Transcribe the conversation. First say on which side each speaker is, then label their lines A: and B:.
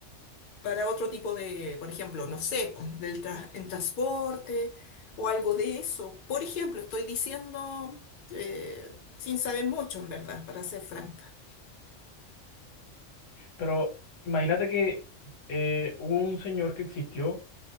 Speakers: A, on the left; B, on the left.
A: para otro tipo de, por ejemplo, no sé, po, del tra- en transporte o algo de eso. Por ejemplo, estoy diciendo eh, sin saber mucho, en verdad, para ser franca.
B: Pero imagínate que eh, hubo un señor que existió